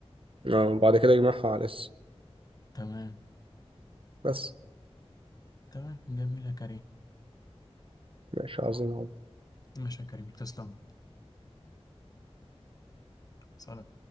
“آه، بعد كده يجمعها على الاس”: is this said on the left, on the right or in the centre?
Right